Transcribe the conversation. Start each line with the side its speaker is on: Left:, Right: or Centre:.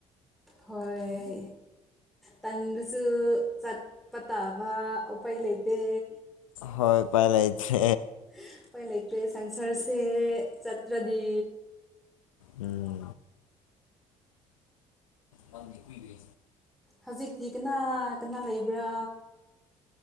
Centre: ꯍꯣꯏ ꯇꯟꯗꯁꯨ ꯆꯠꯄ ꯇꯥꯕ ꯎꯄꯥꯏ ꯂꯩꯇꯦ
Left: ꯍꯣꯏ ꯄꯥꯏꯂꯁ
Centre: ꯑꯩꯈꯣꯏ ꯂꯩꯇ꯭ꯔꯦ ꯁꯪꯁꯔꯁꯦ ꯆꯠꯇ꯭ꯔꯗꯤ
Left: ꯎꯝ ꯂꯣ ꯄꯤꯁ
Centre: ꯍꯧꯖꯤꯛꯇꯤ ꯀꯅꯥ ꯀꯅꯥ ꯂꯩꯕ꯭ꯔꯥ